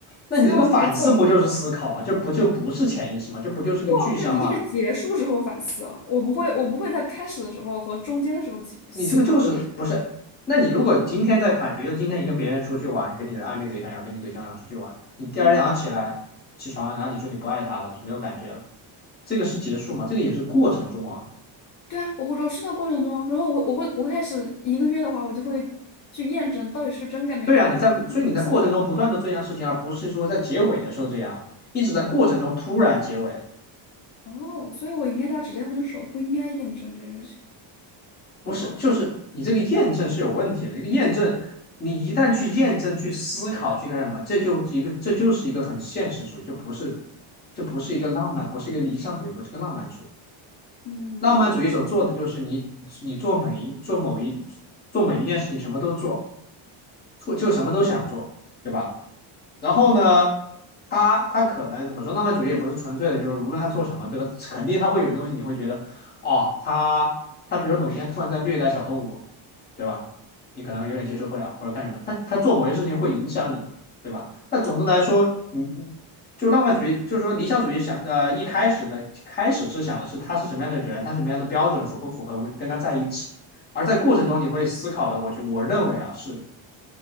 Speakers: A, on the left (about 20°); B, on the left (about 40°).
A: 那你这个反思不就是思考吗？
B: 所以我每个作文，
A: 这不就不是潜意识吗？这不就是个具象化的？
B: 哇，是一定是结束之后反思啊，我不会我不会在开始的时候和中间的时候记思考。
A: 你这个就是不是？那你如果今天在谈，比如说今天你跟别人出去玩，跟你的暧昧对象要跟你对象要出去玩，你第二天早上起来起床，
B: 嗯。
A: 然后你说你不爱他了，没有感觉了。这个是结束吗？这个也是过程中啊。
B: 对啊，我会我是在过程中啊然后我我会我开始一个月的话，我就会去验证到底是真感没感觉的，
A: 对啊，你在，所以你在过程中不断的做一样事情，
B: 看你的心情不好。
A: 而不是说在结尾的时候这样，你只在过程中突然结尾，
B: 哦，所以我应该他直接分手，不应该验证这件事情，
A: 不是，
B: 有道理。
A: 就是你这个验证是有问题的。这个验证，你一旦去验证、去思考、去干什么，这就一个，这就是一个很现实主义，就不是，这不是一个浪漫，不是一个理想主义，不是一个浪漫主义。
B: 嗯
A: 浪漫主义所做的就是你，你做每一做某一做每一件事情，什么都做，做就什么都想做，对吧？然后呢，他他可能怎么说？浪漫主义也不是纯粹的，就是无论他做什么，对吧？肯定他会有东西，你会觉得，哦，他他比如说某一天突然在虐待小动物，对吧？你可能有点接受不了，或者干什么，他他做某些事情会影响你，对吧？但总的来说，你你就浪漫主义，就是说理想主义想，呃，一开始的开始是想的是他是什么样的人，他什么样的标准符不符合跟他在一起，而在过程中你会思考的，我就我认为啊是。